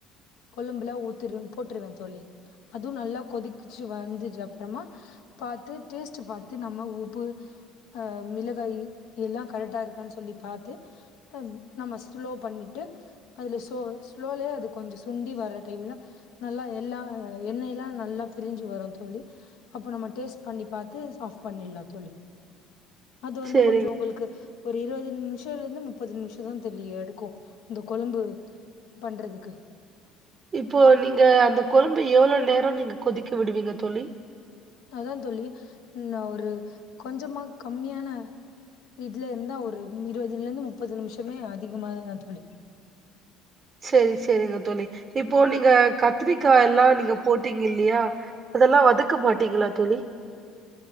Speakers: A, on the left (about 75°); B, on the right (about 30°).
A: கொலம்புல உத்திடுவ போட்டுருவ தோழி அதுவும் நல்லா கொதிச்சு வந்துது அப்புறமா பாத்துட்டு டேஸ்ட் பாத்து நம்ம உப்பு அஹ மிளகாய் எல்லாம் கரெக்டா இருக்கான்னு சொல்லி பார்த்து நம்ம ஸ்லோ பண்ணிட்டு அதுல ஸ்லோ ஸ்லோலயே அது கொஞ்ச துண்டி வர்ற டைம்ல நல்லா எல்லா எண்ணெய் எல்லா நல்லா பிரிஞ்சு வரும் தோழி அப்ப நம்ம டேஸ்ட் பண்ணி பாத்து ஆஃப் பண்ணிலா தோழி அது வந்து
B: சேரிங்க
A: கொஞ்சம் உங்களுக்கு ஒரு இருபது நிமிஷல இருந்து முப்பது நிமிஷம் தா தோழி எடுக்கும் அந்த கொழம்பு பண்றதுக்கு
B: இப்போ நீங்க அந்த கொழம்பு எவ்வளவு நேரம் நீங்க கொதிக்க விடுவீங்க தோழி
A: அததா தோழி நா ஒரு கொஞ்சமா கம்மியான இதுல இருந்தா ஒரு இருபதுல இருந்து முப்பது நிமிஷமே அதிகமாததா தோழி
B: சரி சரிங்க தோழி இப் ப்போ நீங்க கத்திரிக்கா எல்லா நீங்க போட்டீங்க இல்லையா அதெல்லா வதக்க மாட்டீங்களா தோழி